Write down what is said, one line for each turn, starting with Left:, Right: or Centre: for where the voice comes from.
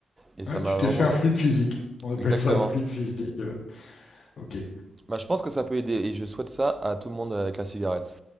Right: Et ça
Left: Ouais,
Right: m'a
Left: tu t'es
Right: vraiment.
Left: fait un flip physique. On appelle
Right: Exactement.
Left: ça un flip physique. euh, ok.
Right: Bah, je pense que ça peut aider. Et je souhaite ça à tout le monde avec la cigarette.